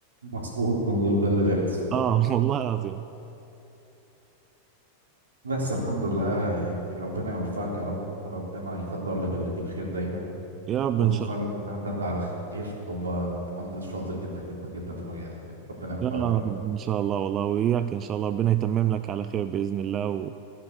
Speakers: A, on the right; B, on the right.
A: مظبوط مظبوط ده اللي بيحصل
B: اه <laughs> والله العظيم
A: بس الحمد لله يعني ربنا يوفقك يا رب وربنا يقدر لك اللي فيه الخير دايما
B: يا رب
A: وتتخرج
B: ان شاء
A: من هندسة على خير فتبقى مهندس شاطر جدا جدا جدا في مجالك ربنا يوفقك
B: لا
A: يا رب
B: ان شاء الله والله وإياك ان شاء الله ربنا يتمم لك على خير بإذن الله و...